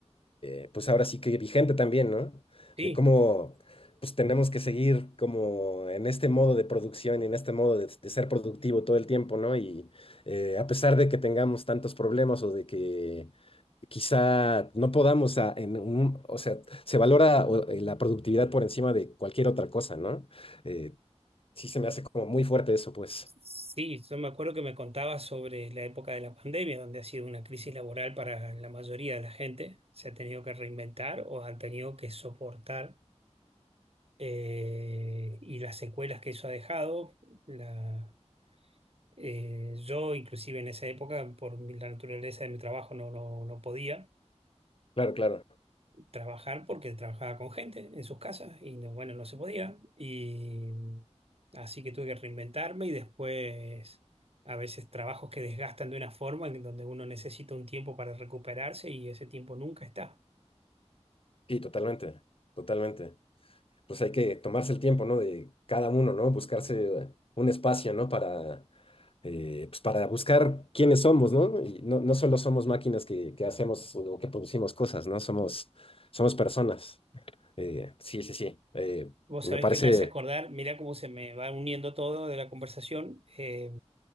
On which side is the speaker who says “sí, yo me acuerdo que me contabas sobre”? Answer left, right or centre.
Right